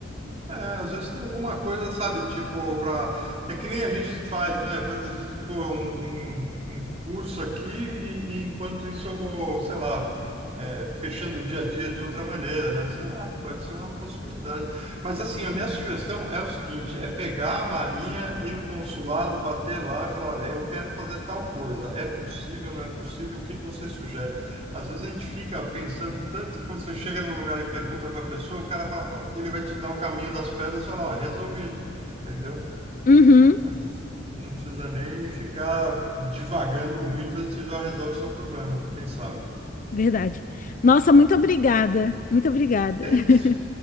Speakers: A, on the right (about 35°); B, on the left (about 45°).
A: É, às vezes tem alguma coisa, sabe, tipo, pra... É que nem a gente faz, né? Faz, às vezes, pô, um, um, um curso aqui e, e enquanto isso eu vou, sei lá, é, fechando o dia a dia de outra maneira, né? Sei lá, pode ser uma possibilidade. Mas, assim, a minha sugestão é o seguinte, é pegar a malinha, ir no consulado, bater lá e falar, olha, eu quero fazer tal coisa. É possível, não é possível? O que que você sugere? Às vezes a gente fica pensando tanto e quando você chega num lugar e pergunta para a pessoa, o cara fala, ó, ele vai te dar o caminho das pedras e fala, ó, é resolvido, entendeu?
B: Uhum.
A: Às vezes não precisa nem ficar divagando muito, a gente já resolve o seu problema, quem sabe?
B: Verdade. Nossa, muito obrigada. Muito obrigada.
A: É
B: <laughs>
A: isso.